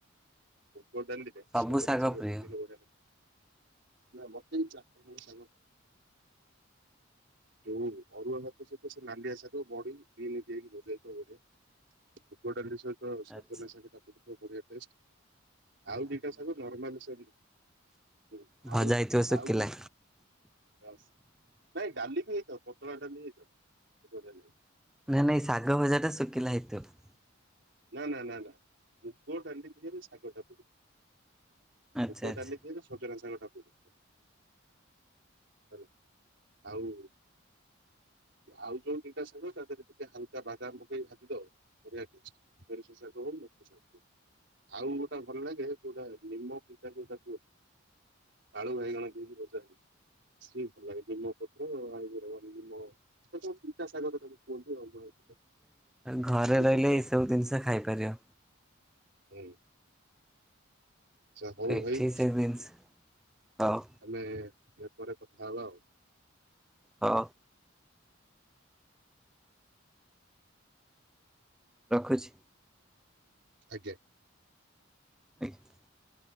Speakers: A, on the right (about 55°); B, in the centre.
A: ମୁଗ ଡ଼ାଲି ଦିହରେ
B: ସବୁ
A: ସଜନା ଶାଗ
B: ପ୍ରିୟ।
A: ପକେଇଲେ ବଢ଼ିଆ ଲାଗେ। ନା ମତେ କିନ୍ତୁ <unintelligible> ଯୋଉ ଅରୁଆ ଭାତ ସହିତ ସେ ନାଲିଆ ଶାଗ ବଡି <unintelligible> ମୁଗ ଡ଼ାଲି ସହିତ ସଜନା
B: ଆଚ୍ଛା
A: ଶାଗ ଟା ପଡିଥିବ ବଢିଆ ଟେଷ୍ଟ। ଆଉ ଦିଟା ଶାଗ ନର୍ମାଲ ସେମ
B: ଭଜା
A: ଆଉ
B: ହେଇଥିବ ଶୁଖିଲା।
A: ଆଉ। ବାସ୍ ନାଇଁ ଡାଲି ବି ହେଇଥାଉ ପତଳା ଡାଲି ହେଇଥାଉ <unintelligible>
B: ନାଇଁ ନାଇଁ ଶାଗ ଭଜା ଟା ଶୁଖିଲା ହେଇଥିବ।
A: ନା ନା ନା ନା ମୁଗ ଡାଲି ଧିଅରେ ଶାଗ ଟା ପଡିବ।
B: ଆଚ୍ଛା
A: ମୁଗ
B: ଆଚ୍ଛା।
A: ଡାଲି ଦିହରେ ସଜନା ଶାଗ ଟା ପଡ଼ିବ। ଆଉ ଆଉ ଯୋଉ ଦିଟା ସାାଗ ତା ଦେରେ ଟିକେ ହାଲକା ବାଦାମ ପକେଇ ଭାଜି ଦବ ବଢିଆ ଟ <unintelligible> ଆଉ ଗୋଟେ ଭଲ ଲାଗେ ଯୋଉଟା ନିମ ପିତା ଯୋଉଟା କ ଆଳୁ ଭାଇଗଣ ଦେଇକି ଭଜା ସିଏବି ଭଲ ଲାଗେ ନିମ ପତ୍ର <unintelligible> <unintelligible>
B: ଘରେ
A: ପିତା
B: ରହିଲେ ଏସବୁ ଜିନିଶ ଖାଇ ପରିବ।
A: ହଁ ଇ ଜା ହଉ
B: ଏଠି
A: ଭାଇ
B: ସେ ଜିନିଷ ହଉ
A: ଆମେ ପରେ କଥା ହବା ଆଉ
B: ହଁ ରଖୁଛି
A: ଆଜ୍ଞା
B: ଆଜ୍ଞା